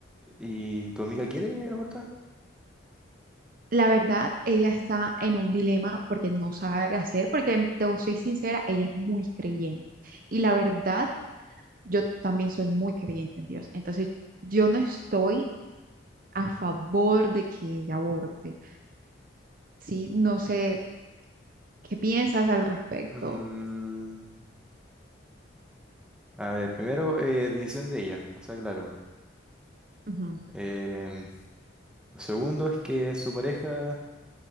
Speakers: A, in the centre; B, on the right.
A: ¿Y tu amiga quiere abortar?
B: La verdad, ella está en un dilema porque no sabe qué hacer, porque te soy sincera, ella es muy creyente. Y la verdad, yo también soy muy creyente en Dios. Entonces, yo no estoy a favor de que ella aborte. Sí, no sé ¿Qué piensas al respecto?
A: Mm, a ver, primero, eh, decisión de ella, o sea, claro.
B: Ujú,
A: Em, lo segundo es que su pareja,